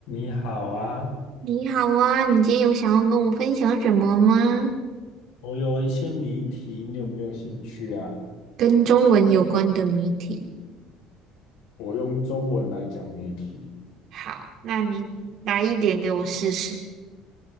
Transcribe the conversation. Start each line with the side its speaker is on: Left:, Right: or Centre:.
Left: 你好啊，
Right: 你好啊，你今天有想要跟我分享什么吗？
Left: 我有一些谜题，你有没有兴趣啊？
Right: 跟中文有关的谜题。
Left: 我用中文来讲谜题。
Right: 好，那你来一点给我试试。